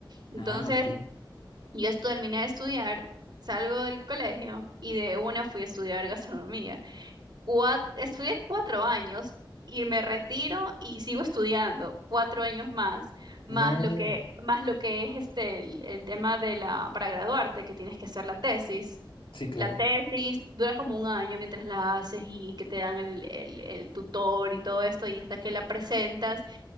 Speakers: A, on the right; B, on the left.
A: Entonces,
B: Ah, ok.
A: yo estu- terminé de estudiar, salgo del colegio y de una fui a estudiar gastronomía. cua- estudié cuatro años y me retiro y sigo estudiando cuatro años más, más
B: No,
A: lo que, más lo que es este el, el tema de la, para graduarte, que tienes que hacer la tesis.
B: sí, claro.
A: La tesis dura como un año mientras la haces y que te dan el, el, el tutor y todo esto, y hasta que la presentas